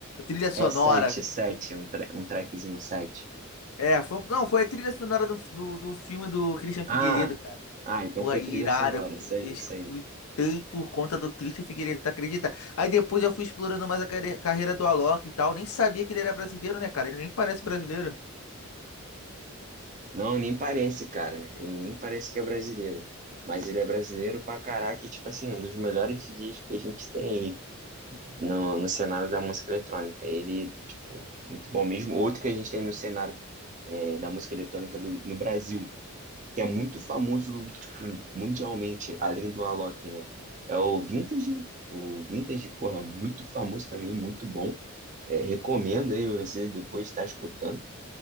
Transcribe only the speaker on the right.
É 7 7 um, tra um trackzinho um sete
Ah,
ah, então
foi
trilha sonora, isso aí,
isso aí.
Não, nem parece, cara. E nem parece que é brasileiro. Mas ele é brasileiro pra caraca e, tipo assim, um dos melhores DJs que a gente tem aí no, no cenário da música eletrônica. Ele, tipo, muito bom mesmo. Outro que a gente tem no cenário é, da música eletrônica do- no Brasil, que é muito famoso, tipo, mundialmente, além do Alok, né? É o Vintage. O Vintage, porra, muito famoso também, muito bom. É, recomendo aí você depois estar escutando.